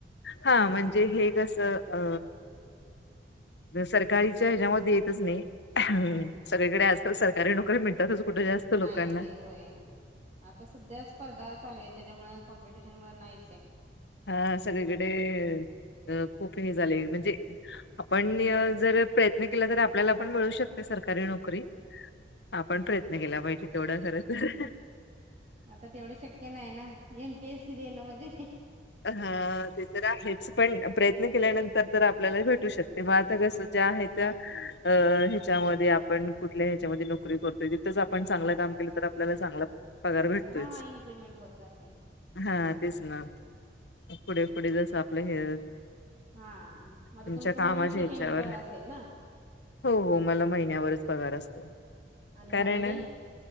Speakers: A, on the left (about 70°); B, on the right (about 40°).
A: हा म्हणजे हे कसे अ सरकारीच्या ह्याच्यामध्ये येतच नाही सगळीकडे आजकाल सरकारी नोकरी मिळते तसंच कुठे जास्त लोकांना
B: नाहीच आहे होय आता सध्या स्पर्धा चालू आहे त्यांच्यामुळे कॉम्पिटिशनमुळे नाहीच आहे
A: हा सगळीकडे खूप हे झाले म्हणजे आपण जर प्रयत्न केला तर आपल्याला पण मिळू शकते सरकारी नोकरी आपण प्रयत्न केला पाहिजे तेवढं खरचच
B: आता तेवढं शक्य नाही ना एमपीएस सी दे ना म्हणजे
A: हा ज आहेच पण प्रयत्न केल्यानंतर तर आपल्याला भेटू शकते म आता कस ज्या आहे त्या अ ह्याच्यामध्ये आपण कुठल्या ह्याच्यामध्ये नोकरी करतोय तिथंच आपण चांगलं काम केलं तर आपल्याला चांगलं पगार भेटतोयच
B: हा हा इन्क्रीमेंट होत जातय
A: हा तेच ना पुढे पुढे जस आपलं हे
B: हा मझ
A: तुमच्या
B: तुमचं
A: कामाच्या
B: मंथली
A: ह्याच्यावर
B: पेमेंट वर असेल ना
A: हो हो मला महिन्यावरच पगार असतो
B: आणि
A: कारण
B: हॉलिडे